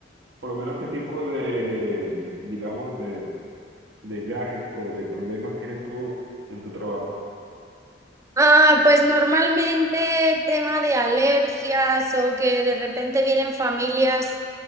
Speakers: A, on the right (about 75°); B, on the right (about 15°).
A: Por lo menos, ¿qué tipo de, digamos, de desgajes o de problemas tienes tú en tu trabajo.
B: Ah, pues normalmente tema de alergias o que de repente vienen familias